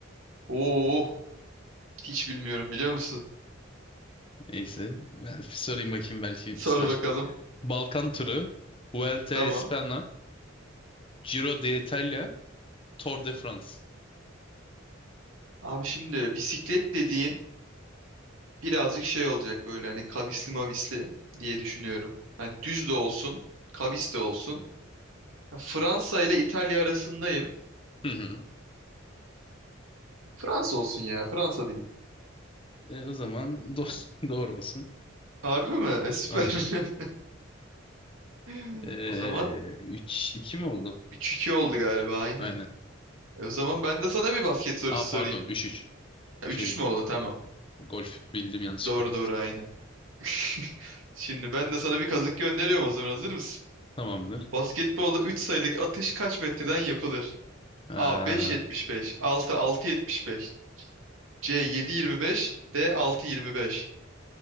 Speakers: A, on the right; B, on the left.
A: Oo, hiç bilmiyorum biliyor musun?
B: Neyse ben sorayım bakayım belki
A: Sor
B: tutar.
A: bakalım.
B: Balkan turu, Vuelta
A: Tamam.
B: a España, Giro d'Italia, Tour de France.
A: Abi şimdi bisiklet dediğin birazcık şey olacak böyle hani kavisli mavisli diye düşünüyorum. Hani düz de olsun, kavis de olsun. Ya Fransa ile İtalya arasındayım.
B: Hı hı.
A: Fransa olsun ya, Fransa diyeyim.
B: E, o zaman do <laughs> doğru olsun.
A: Harbi mi? E, Süper.
B: Aynen.
A: <laughs>
B: E,
A: O zaman
B: 3-2 mi oldu?
A: 3-2 oldu galiba aynen.
B: Aynen.
A: E, o zaman ben de sana bir basket sorusu
B: Aa pardon
A: sorayım.
B: 3-3.
A: Ha, üç
B: Şey
A: 3 mü oldu? Tamam.
B: golf bildim yanlışlıkla.
A: Doğru doğru aynen. <laughs> Şimdi ben de sana bir kazık gönderiyorum o zaman hazır mısın?
B: Tamamdır.
A: Basketbolda 3 sayılık atış kaç metreden yapılır?
B: Ha,
A: A 5.75, 6 6.75, C 7.25, D 6.25.